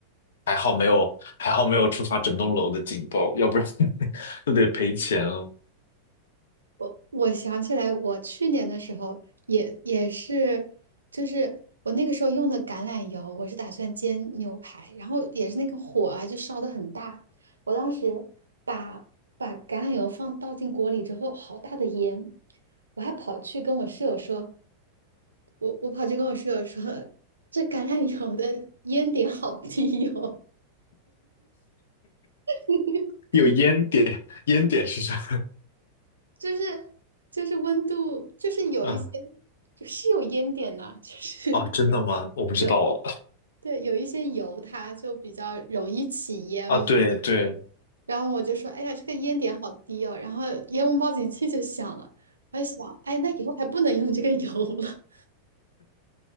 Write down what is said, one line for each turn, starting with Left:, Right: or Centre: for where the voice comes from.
Left: 还好没有，还好没有触发整栋楼的警报，要不然 <laughs> 就得赔钱了。
Right: 我我想起来，我去年的时候也也是，就是我那个时候用的橄榄油，我是打算煎牛排，然后也是那个火啊，就烧的很大。我当时把把橄榄油放倒进锅里之后，好大的烟，我还跑去跟我室友说，我我跑去跟我室友说，这橄榄油的烟点好低哦，<laughs>
Left: 有烟点，烟点是啥？
Right: 就是就是温度，就是有一些
Left: 啊，
Right: 是有烟点的，就是
Left: 哦，真的吗？
Right: <laughs>。
Left: 我不知道
Right: 有对，有一些油它就比较容易起烟嘛，
Left: 啊。对对，
Right: 然后我就说，哎呀，这个烟点好低哦，然后烟雾报警器就响了，我还想，哎，那以后还不能用这个油了，